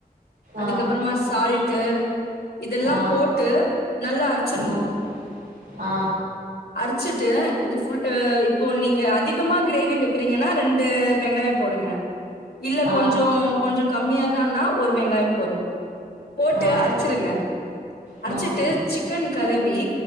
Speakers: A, on the left (about 80°); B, on the right (about 85°).
A: அதுக்கப்புறமா
B: ஆ
A: சால்ட்டு இதெல்லாம்
B: ஆ
A: போட்டு நல்லா அரைச்சிரணும்
B: ம் ஆ
A: அரைச்சிட்டு இது புல் அ இப்போ நீங்க அதிகமா கிரேவி வைக்கறீங்கன்னா ரெண்டு வெங்காயம் போடுங்க இல்ல
B: ஆ
A: கொஞ்சோ கொஞ்சம் கம்மியாதான்னா ஒரு வெங்காயம் போதும் போட்டு
B: ஆ
A: அரைச்சிருங்க அரைச்சிட்டு
B: ம்
A: சிக்கன் கழுவி